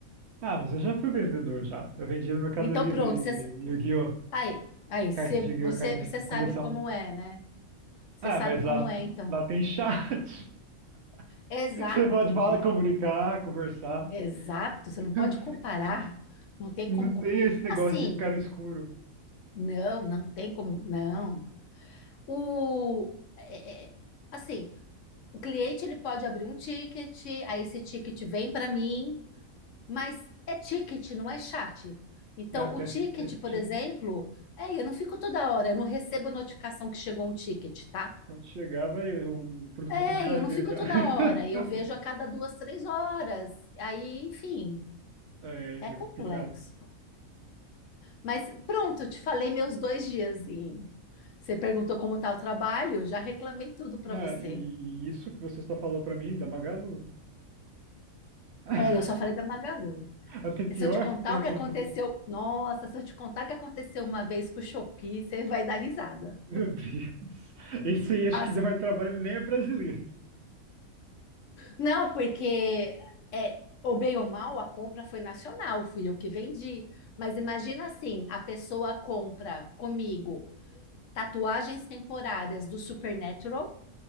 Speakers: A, on the right; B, on the left.
A: Ah, mas eu já fui
B: Eu
A: vendedor
B: ju-
A: já. Eu vendi no Mercado
B: Então,
A: Livre
B: pronto. Você,
A: Yu-Gi-Oh!
B: aí, aí, você,
A: Carta de Yu-Gi-Oh!
B: você,
A: Carta
B: você
A: de
B: sabe
A: coleção.
B: como é, né? Você
A: Ah,
B: sabe
A: mas
B: como
A: lá,
B: é, então.
A: lá tem chat.
B: Exato,
A: <laughs> Você pode falar,
B: né?
A: comunicar, conversar.
B: Exato. Você não pode
A: <laughs>
B: comparar. Não tem
A: Não
B: como comparar.
A: tem esse negócio
B: Assim,
A: de ficar no escuro.
B: não, não tem como. Não. O, é, é, assim, o cliente ele pode abrir um ticket, aí esse ticket vem para mim, mas é ticket, não é chat. Então,
A: Já teste,
B: o ticket,
A: teste ticket.
B: por exemplo, é, eu não fico toda hora, eu não recebo notificação que chegou um ticket, tá?
A: Quando chegava, eu- o produto
B: É,
A: vai estar na casa
B: eu não
A: dele
B: fico
A: já.
B: toda
A: <laughs>
B: hora, eu vejo a cada duas, três horas. Aí, enfim,
A: É,
B: é complexo.
A: é, é complicado.
B: Mas pronto, eu te falei meus dois diazinhos. Você perguntou como tá o trabalho, já reclamei tudo para
A: Né,
B: você.
A: e, e isso que você só falou pra mim, da Magalu. <laughs>
B: É, eu só falei da Magalu.
A: Até pior.
B: Se eu te contar
A: tem-
B: o que
A: volta-
B: aconteceu, nossa, se eu te contar o que aconteceu uma vez com o Shopee, você vai dar risada.
A: Meu Deus. Esse aí acho
B: As-
A: que deu mais trabalho, ele nem é brasileiro.
B: Não, porque é, ou bem ou mal, a compra foi nacional, fui eu que vendi. Mas imagina assim, a pessoa compra comigo tatuagens temporárias do Supernatural,